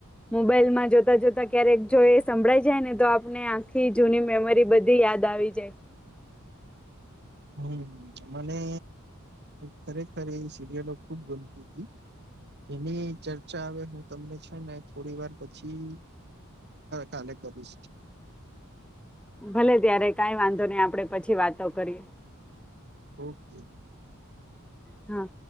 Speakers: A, in the centre; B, on the right.
A: મોબાઈલમાં જોતા જોતા ક્યારેક જો એ સંભળાઈ જાય ને તો આપણે આ ખી જૂની મેમરી બધી યાદ આવી જાય.
B: હમ મને ખરેખર સિરિયલો ખુબ ગમતી હતી એની ચર્ચા હવે હું તમને છે ને થોડી વાર પછી કાલે કરીશ.
A: ભલે ત્યારે કઈ વાંધો નઈ આપડે પછી વાતો કરીએ.
B: ઓકે.
A: હા.